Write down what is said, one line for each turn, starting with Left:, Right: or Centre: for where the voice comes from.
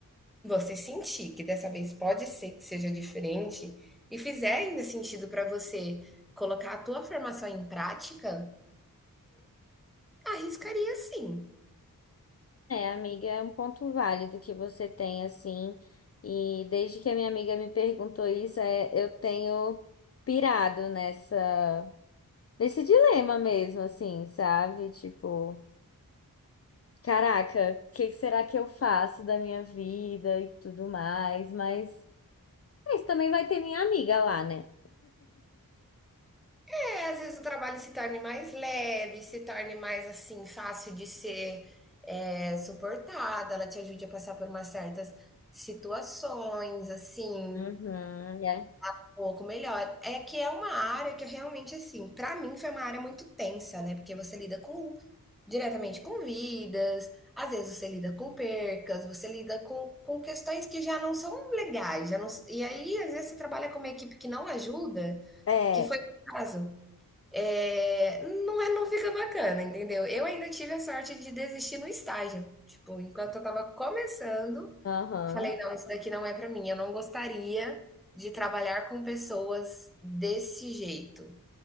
Centre: você sentir que dessa vez pode ser que seja diferente e fizer ainda sentido para você colocar a tua formação em prática, arriscaria sim.
Left: É, amiga, é um ponto válido que você tem, assim. E desde que a minha amiga me perguntou isso, é, eu tenho pirado nessa, nesse dilema mesmo, assim, sabe? Tipo. Caraca, o que será que eu faço da minha vida e tudo mais? Mas, mas também vai ter minha amiga lá, né?
Centre: É, às vezes o trabalho se torne mais leve, se torne mais assim fácil de ser é, suportada, ela te ajude a passar por umas certas situações, assim,
Left: Uhum, é.
Centre: um Pouco melhor. É que é uma área que eu realmente, assim, pra mim foi uma área muito tensa, né? Porque você lida com diretamente com vidas, às vezes você lida com percas, você lida com, com questões que já não são legais, já não, e aí às vezes você trabalha com uma equipe que não ajuda,
Left: É,
Centre: que foi o caso. É, não é, não fica bacana, entendeu? Eu ainda tive a sorte de desistir no estágio. Tipo, enquanto eu tava começando,
Left: aham.
Centre: falei, não, isso daqui não é pra mim. Eu não gostaria de trabalhar com pessoas desse jeito.